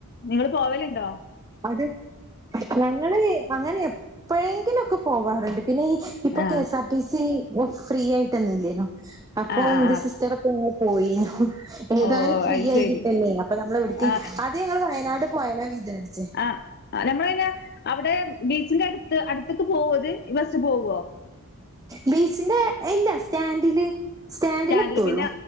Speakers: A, on the left; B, on the right.
A: നിങ്ങള് പോവല്ണ്ടോ?
B: അത് ഞങ്ങള് അങ്ങനെ എപ് എപ്പോഴെങ്കിലൊക്കെ പോവാറ്ണ്ട് പിന്നെ ഈ ഇപ്പോ
A: ആ
B: കെ സാ ടിസി ഓ ഫ്രീ ആയിട്ടൊന്ന് ഇല്ലേനോ അപ്പോ
A: ആ ആ
B: ന്റെ
A: ആ
B: സിസ്റ്ററപ്പോ പോയിന്നു ഏതായാലും
A: ഓ
B: ഫ്രീ
A: അത്
B: ആയി
A: ശരി
B: കിട്ടല്ലേ അപ്പൊ നമ്മൾ എവിടേകേ
A: ആ
B: അത് ഞങ്ങൾ വയനാട് പോയാല വിചാരിച്ചു
A: ആഹ് ഞമ്മളിന്നെ അവടെ ബീച്ചിന്റെ അടുത്ത് അടുത്തക്ക് പോവോ ഇത് ഈ ബസ് പോവുവോ
B: ബീച്ചിന്റെ ഇല്ല സ്റ്റാൻഡില് സ്റ്റാൻഡിൽ
A: സ്റ്റാൻഡില്
B: എത്തുള്ളൂ
A: പിന്നെ